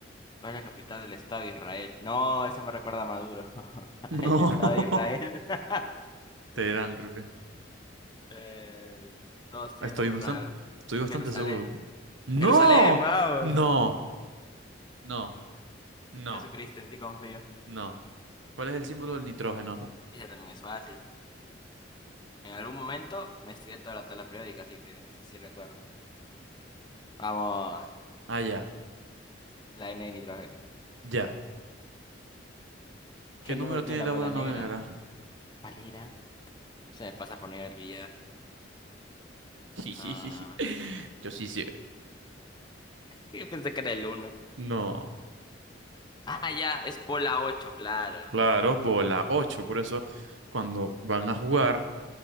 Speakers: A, on the left; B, on the right.
A: ¿Cuál es la capital del Estado de Israel? No, eso me recuerda a Maduro. <laughs> El
B: No.
A: Estado de Israel.
B: <laughs>
A: <laughs>
B: Teherán, creo que.
A: Eh, todos tienen
B: Estoy
A: nombre
B: bastante,
A: raro.
B: estoy bastante
A: Jerusalén.
B: seguro. ¡No!
A: Jerusalén, vamos.
B: ¡No! No, no,
A: Jesucristo, en ti confío.
B: no. ¿Cuál es el símbolo del nitrógeno?
A: Ese también es fácil. En algún momento me estudié toda la tabla periódica, así que sí, sí recuerdo. Vamos,
B: Ah, ya,
A: la N de nitrógeno.
B: ya.
A: ¿Qué
B: ¿Qué número
A: número tiene
B: tiene
A: la
B: la
A: bola
B: bola negra?
A: negra? ¿Cuál era? Se me pasa por no ir al billar.
B: Jijijiji.
A: Ah,
B: <laughs> Yo sí sé.
A: yo pensé que era el uno.
B: No,
A: Ah, ya, es bola 8, claro.
B: claro, bola 8. Por eso, cuando van a jugar,